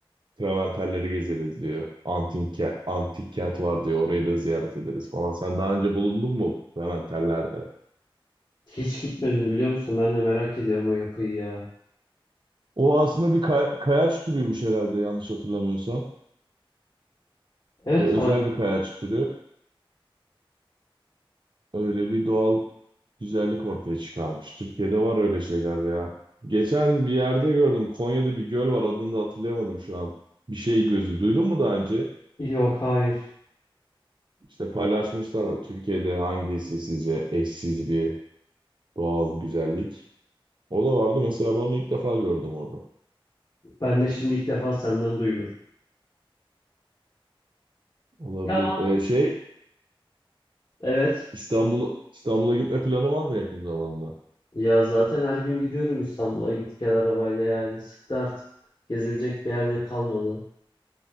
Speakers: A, on the right (about 55°); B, on the left (about 45°).
A: Traventerleri gezeriz diyor. Antik, ke- antik kent var diyor. Orayı da ziyaret ederiz falan. Sen daha önce bulundun mu Traventerlerde?
B: Hiç gitmedim biliyor musun? Ben de merak ediyorum o yapıyı ya.
A: O aslında bir kay- kayaç türüymüş herhalde yanlış hatırlamıyorsam.
B: Evet
A: Ve özel
B: fark
A: bir kayaç türü. Öyle bir doğal güzellik ortaya çıkarmış. Türkiye'de var öyle şeyler ya. Geçen bir yerde gördüm. Konya'da bir göl var. Adını da hatırlayamadım şu an. Bir şey gözü. Duydun mu daha önce?
B: yok hayır.
A: İşte paylaşmışlar Türkiye'de hangisi sizce eşsiz bir doğal güzellik. O da vardı mesela ben onu ilk defa gördüm orada.
B: Ben de şimdi ilk defa senden duyuyorum.
A: Olabilir.
B: Ya ama
A: Ee, şey
B: evet.
A: İstanbul İstanbul'a gitme planı var mı yakın zamanda?
B: Ya zaten her gün gidiyorum İstanbul'a git gel arabayla yani sıktı artık. Gezilecek bir yerde kalmadı.